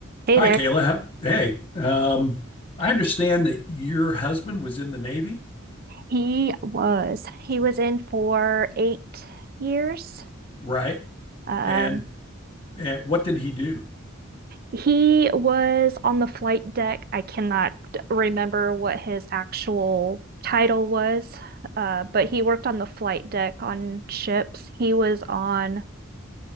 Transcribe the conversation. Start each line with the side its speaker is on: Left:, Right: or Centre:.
Right: Hey
Left: Hi,
Right: there.
Left: Kayla. Hey, um, I understand that your husband was in the Navy,
Right: He was. He was in for eight years.
Left: right?
Right: Uh,
Left: And, and what did he do?
Right: he was on the flight deck. I cannot remember what his actual title was, uh, but he worked on the flight deck on ships. He was on,